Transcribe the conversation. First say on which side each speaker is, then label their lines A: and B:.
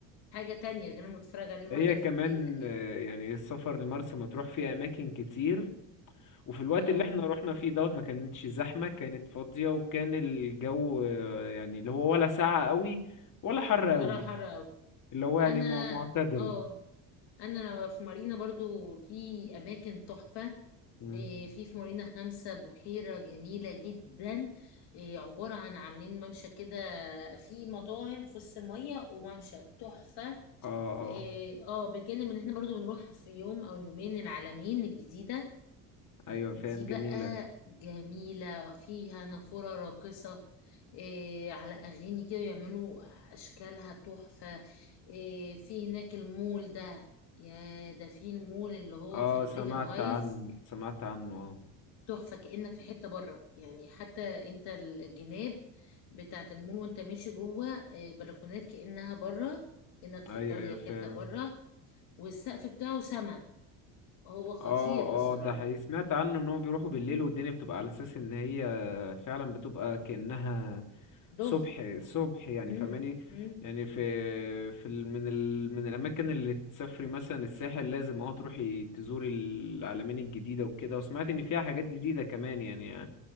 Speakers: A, on the left; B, on the left.
A: حاجة تانية غير ما تتفرج عليه لوحدك
B: هي كمان
A: في البيت اكيد
B: آه، يعني السفر لمرسى مطروح فيه اماكن كتير وفي الوقت
A: اه
B: اللي احنا رحنا فيه دوت ما كانتش زحمه كانت فاضيه وكان الجو آه، يعني اللي هو ولا ساقع قوي ولا حر
A: ولا
B: قوي
A: حر قوي
B: اللي هو يعني
A: انا
B: مع- معتدل
A: اه انا لما في مارينا برضو في اماكن تحفة
B: مم.
A: إيه، في في مارينا خمسة بحيرة جميلة جدا إيه، عبارة عن عاملين ممشى كده في مطاعم في وسط المية وممشى تحفة
B: اه اه
A: إيه، اه بجانب ان احنا برضو بنروح في يوم او يومين العلمين الجديدة
B: ايوه فاهم
A: دي
B: جميله
A: بقى جميلة فيها نافورة راقصة إيه، على اغاني كده يعملوا اشكالها تحفة إيه، في هناك المول ده يا ده في المول اللي هو
B: اه
A: في الريجل
B: سمعت
A: هايتس
B: عن سمعت عنه اه
A: تحفة كأنك في حتة بره يعني حتى انت الجناب بتاعة المول وانت ماشي جوه آه، بلكونات كأنها بره كأنك في
B: ايوه
A: إيطاليا
B: ايوه فاهم
A: في حتة بره والسقف بتاعه سما هو خطير
B: اه
A: بصراحة
B: اه ده حقيقي سمعت عنه ان هو بيروحوا بالليل والدنيا بتبقى على اساس ان هي فعلا بتبقى كأنها
A: ضهر
B: صبح صبح يعني
A: مم.
B: فاهماني
A: مم.
B: يعني في في ال- من ال من الاماكن اللي تسافري مثلا الساحل لازم اه تروحي تزوري العلمين الجديدة وكده وسمعت ان فيها حاجات جديدة كمان يعني